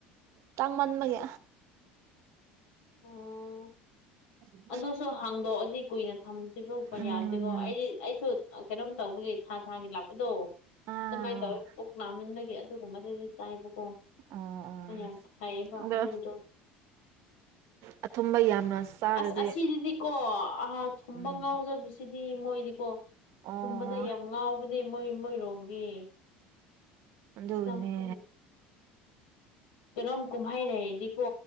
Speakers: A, on the right; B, on the left.
A: ꯇꯥꯡ ꯃꯟꯕꯒꯦ
B: ꯎꯝ
A: <inaudible>
B: ꯑꯗꯨꯁꯨ ꯍꯥꯡꯗꯣꯛꯑꯗꯤ ꯀꯨꯏꯅ ꯊꯝꯗꯤꯔꯄ
A: ꯎꯝ
B: ꯌꯥꯗꯦꯀꯣ ꯑꯩꯗꯤ ꯑꯩꯁꯨ ꯀꯩꯅꯣꯝ ꯇꯧꯕꯒꯤ ꯊꯥ ꯊꯥꯒꯤ ꯂꯥꯛꯄꯗꯣ
A: ꯑꯥ
B: ꯑꯗꯨꯃꯥꯏꯅ ꯇꯧꯋꯤ ꯄꯨꯛ ꯅꯥꯃꯟꯕꯒꯤ ꯑꯗꯨꯒꯨꯝꯕꯗꯨꯗꯤ ꯇꯥꯏꯕꯀꯣ
A: ꯑꯣ ꯑꯣ
B: ꯌꯥꯝ ꯐꯌꯦꯕ
A: ꯑꯗꯣ
B: ꯑꯗꯨꯗꯣ
A: ꯑꯊꯨꯝꯕ ꯌꯥꯝꯅ ꯆꯥꯔꯗꯤ
B: ꯑꯁ ꯑꯁꯤꯗꯤꯀꯣ ꯊꯨꯝꯕ
A: ꯎꯝ
B: ꯉꯥꯎꯖꯕꯁꯤꯗꯤ ꯃꯣꯏꯗꯤꯀꯣ
A: ꯑꯣ
B: ꯊꯨꯝꯕꯗ ꯌꯥꯝ ꯉꯥꯎ ꯇꯕꯨꯅꯦ ꯃꯣꯏ ꯃꯣꯏꯔꯣꯝꯒꯤ
A: ꯑꯗꯨꯒꯅꯦ
B: ꯅꯪꯈ ꯀꯩꯅꯣꯝ ꯀꯨꯝꯍꯩ ꯂꯩꯗꯤꯀꯣ